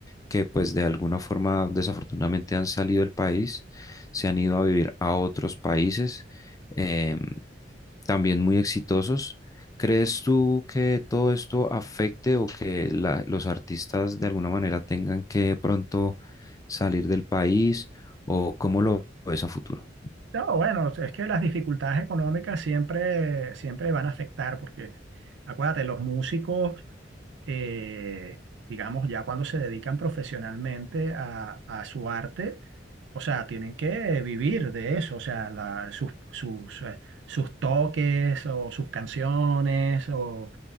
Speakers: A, on the left; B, on the right.
A: que pues de alguna forma desafortunadamente han salido del país, se han ido a vivir a otros países em, también muy exitosos. ¿Crees tú que todo esto afecte o que la- los artistas de alguna manera tengan que pronto salir del país o cómo lo ves a futuro?
B: No, bueno, es que las dificultades económicas siempre, siempre van a afectar, porque acuérdate, los músicos eh, digamos, ya cuando se dedican profesionalmente a, a su arte, o sea, tienen que vivir de eso, o sea, la- sus, sus, eh, sus toques o sus canciones o...